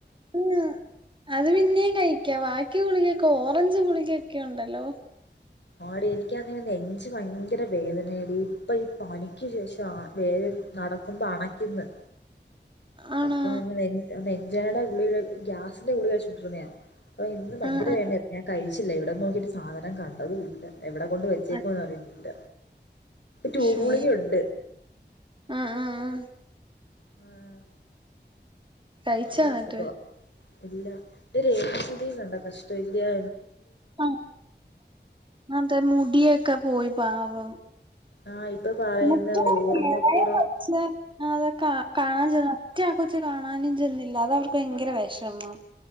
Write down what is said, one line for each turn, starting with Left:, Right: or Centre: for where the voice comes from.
Right: ഉം അത് പിന്നേം കഴിക്കാ ബാക്കി ഗുളികൊക്കെ ഓറഞ്ച് ഗുളികെക്കൊണ്ടല്ലോ
Left: ആടി എനിക്കാന്നെ നെഞ്ച് ഭയങ്കര വേദനയാടി ഇപ്പൊ ഈ പനിക്ക് ശേഷം ആ വേദന നടക്കുമ്പോ അണക്കിന്ന്
Right: ആണോ
Left: അപ്പൊ അ <unintelligible> ജെടെ ഗുളികേടെ കൂ ഗ്യാസിന്റെ ഗുളിക കഴിച്ചുണ്ടിരുന്നത അപ്പൊ ഇന്ന് ഭയങ്കര
Right: ആഹ്
Left: വേദനയായിരുന്നു ഞാൻ കഴി ച്ചില്ല ഇവിടെ നോക്കിട്ട് സാധനം കണ്ടതും ഇല്ല എവിടെ കൊണ്ട് വെച്ചേക്കും
Right: ആഹ്
Left: എന്ന് അറിയുന്നില്ല ട്യൂബ്
Right: ശോ
Left: ഗുളിക ഒണ്ട്
Right: ആഹ് ആഹ് ആഹ്
Left: ഉം
Right: കഴിച്ചോ
Left: എല്ലാ
Right: എന്നിട്ട്
Left: അസുഖം ഇല്ല ഇതൊരു രേവതി കുട്ടിയെകണ്ട കഷ്ടമില്ലി യോ
Right: ആ അതെ മുടിയൊക്കെ പോയി പാവം
Left: ആഹ് ഇപ്പൊ പറയുന്ന
Right: മറ്റ
Left: ഓർമ്മക്കുറവ്
Right: ഇളയ കൊച്ച് അത് ക കാണാൻ ചെ റ്റെആ കൊച്ച് കാണാനും ചെന്നില്ല അത് അവർക്ക് ഭയങ്കര വെഷമമം